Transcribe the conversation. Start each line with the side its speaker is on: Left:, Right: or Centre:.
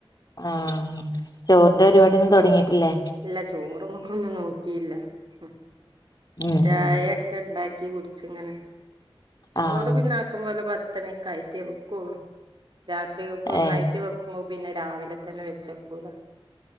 Left: ആഹ് ചോറിന്റെരുവാടിന്നും തൊട്ങ്ങിട്ടില്ലേ
Right: ല്ലാ ചോറുമ്മക്കൊന്നും നോക്കീല്ലാ ഉം
Left: ഉം
Right: ചായ
Left: ഉം
Right: ക്കെണ്ടാക്കി കുടിച്ച്ങ്ങനാ ചോറ്
Left: ആഹ്
Right: പിന്നാക്കമ്പോല പത്തണിക്കാ യ്റ്റേ ബെക്കുള്ളൂ രാത്രികക്കൊ
Left: ഏഹ്
Right: ന്നായ്റ്റേവെക്കോ മ്മു പിന്നെ രാവിലെ തന്നെ വെച്ചെക്കൂലേ